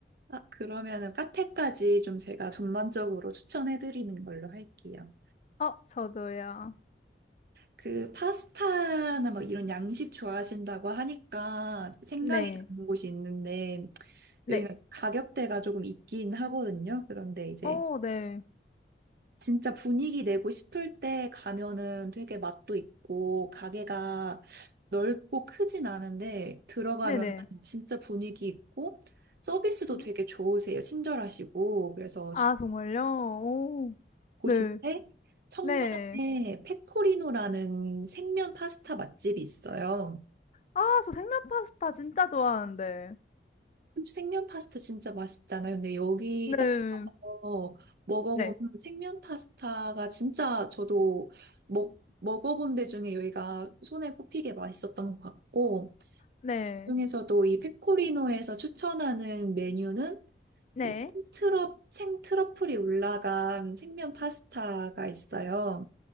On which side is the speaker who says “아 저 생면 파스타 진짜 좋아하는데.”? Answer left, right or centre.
Left